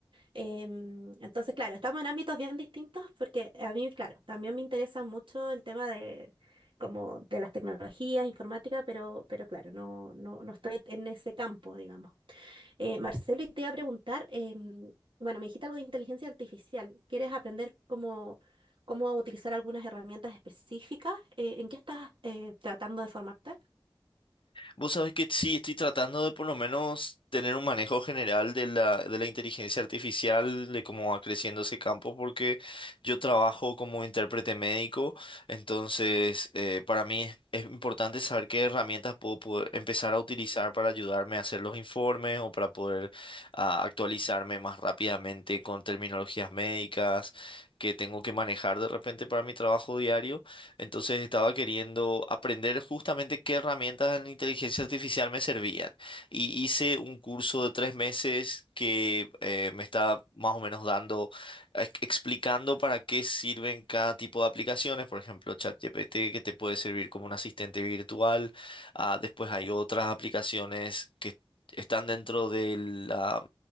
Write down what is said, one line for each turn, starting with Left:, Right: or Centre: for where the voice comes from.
Right: Em, entonces, claro, estamos en ámbitos bien distintos porque a mí, claro, también me interesa mucho el tema de como de las tecnologías, informática, pero, pero claro, no, no, no estoy en ese campo, digamos. Eh, Marcelo, y te iba a preguntar, em, bueno, me dijiste algo de inteligencia artificial. ¿Quieres aprender cómo, cómo utilizar algunas herramientas específicas? Eh, ¿en qué estás eh, tratando de formarte?
Left: Vos sabés que sí, estoy tratando de por lo menos tener un manejo general de la, de la inteligencia artificial, de cómo va creciendo ese campo, porque yo trabajo como intérprete médico, entonces eh, para mí es, es importante saber qué herramientas puedo poder empezar a utilizar para ayudarme a hacer los informes o para poder ah, actualizarme más rápidamente con terminologías médicas que tengo que manejar de repente para mi trabajo diario. Entonces estaba queriendo aprender justamente qué herramientas de la inteligencia artificial me servían. Y hice un curso de tres meses que eh, me está más o menos dando, ex- explicando para qué sirven cada tipo de aplicaciones. Por ejemplo, ChatGPT, que te puede servir como un asistente virtual. Ah, después hay otras aplicaciones que están dentro de la